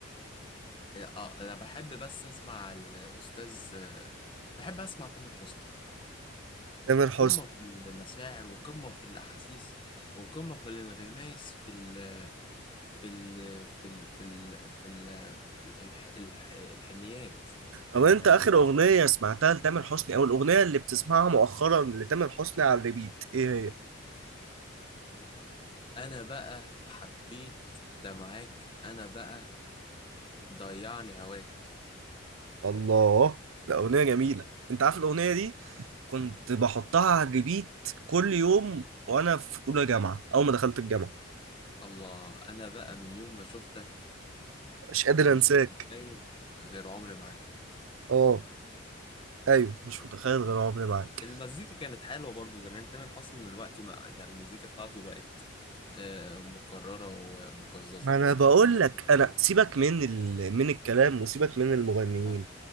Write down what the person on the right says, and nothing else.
تامر حسني
طب انت
اخر
اغنية
سمعتها لتامر حسني او الاغنية اللي بتسمعها مؤخرا لتامر حسني على الريبيت ايه هي؟
الله ده اغنية جميلة انت عارف الاغنية دي كنت بحطها على الريبيت كل يوم وانا في اولى جامعة اول ما دخلت الجامعة
مش قادر
انساك
اه ايوه مش متخيل غير عمري معاك
ما انا بقول
لك انا سيبك من ال... من الكلام وسيبك من المغنيين